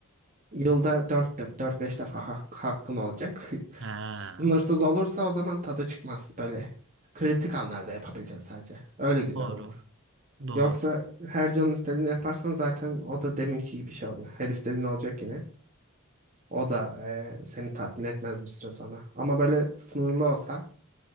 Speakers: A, on the right; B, on the right.
A: Yılda 4 dört beş defa hak- hakkın olacak. <laughs>
B: Ha,
A: Sınırsız olursa o zaman tadı çıkmaz böyle. Kritik anlarda yapabileceksin sadece. Öyle güzel
B: doğru.
A: olur.
B: Doğru.
A: Yoksa her canın istediğini yaparsan zaten o da deminki gibi bir şey oluyor. Her istediğin olacak yine. O da eee, seni tatmin etmez bir süre sonra. Ama böyle sınırlı olsa